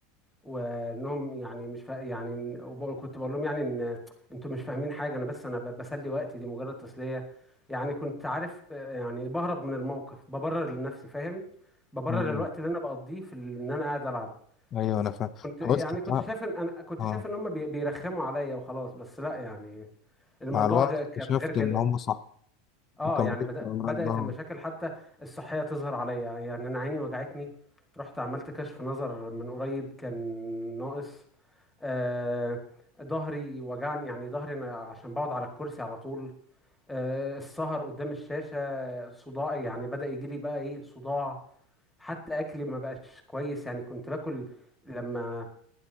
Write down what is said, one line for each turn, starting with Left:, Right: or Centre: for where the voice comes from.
Centre: وانهم يعني مش فا... يعني إن- وب- كنت بقول لهم يعني ان انتوا مش فاهمين حاجه انا بس انا ب- بسلي وقتي دي مجرد تسليه يعني كنت عارف آه، يعني بهرب من الموقف ببرر لنفسي فاهم ببرر
Left: مم.
Centre: الوقت اللي انا بقضيه في ال- ان انا قاعد العب
Left: ايوه انا فاهم
Centre: كنت يعني
Left: حاولت أتع-
Centre: كنت
Left: اه
Centre: شايف ان انا كنت
Left: آه.
Centre: شايف ان هم بي- بيرخموا عليا وخلاص بس لا يعني الموضوع
Left: مع الوقت
Centre: غ- كان
Left: اكتشفت
Centre: غير كده
Left: ان هم صح
Centre: اه
Left: انت الموضوع-
Centre: يعني بدأ بدأت
Left: اه
Centre: المشاكل حتى الصحيه تظهر عليا يعني انا عيني وجعتني رحت عملت كشف نظر من قريب كان ناقص آه، ظهري وجعني يعني ظهري انا عشان بقعد على الكرسي على طول آه، السهر قدام الشاشة صداعي يعني بدأ يجي لي بقى ايه صداع حتى اكلي ما بقاش كويس يعني كنت باكل لما